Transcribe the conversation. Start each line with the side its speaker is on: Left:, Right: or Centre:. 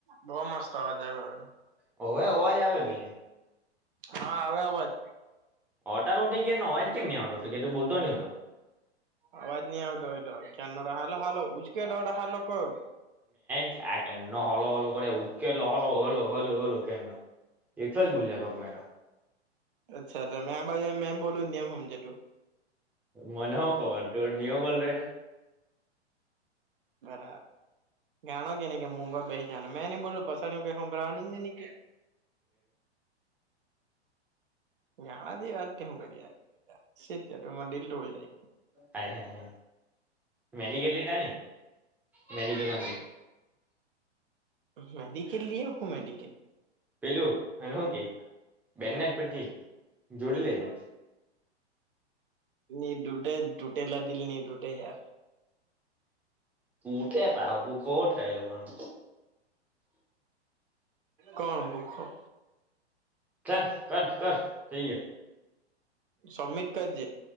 Right: બહ મસ્ત આવ તો
Centre: હવે અવાજ આવે બે
Right: હા આવે અવાજ
Centre: ઓટાર ઉઠી કે ન હોય કેમ આો કે તું બોલતો નો
Right: અવાજ ન આવ તોો એટ કેન હાલ હાલ ઉજકેટ હાલો કર
Centre: એ કે હલો હલો કર ઉચકેલો હલો હલો હલ હલો કે એકલો જ બોલ્યા કરું મેં તો
Right: અચ્છા મે આ બા મે બોલ એમ સમજટું
Centre: મને હો ખબર તો નિયમ બોલ રે
Right: બરાબર જાણો કે નહી કે મૂગો બે જાણો મેં નઈ બોલું પસ હોમભરાવાનું નઈ ગાંડા જેવી વાત કેમ કરી આજ છે ત તોમાં દિલ તોડી નાખ્યું
Centre: હા મેડીગેટ લીટ મેગેટ માંથી
Right: મેડિકલ લ હું મેડિકલ
Centre: પેલું અને હું કે બેનના જ પરથી જોડી લેજે
Right: નની ડુટે તૂટેલા દલ નની ડૂુટે ાર
Centre: ઉઠે પ હ ભુ કોઠ આાય લગ્ન
Right: કોણ ભખર
Centre: ચાલ કર કર થઈે
Right: સબમિટ કરજ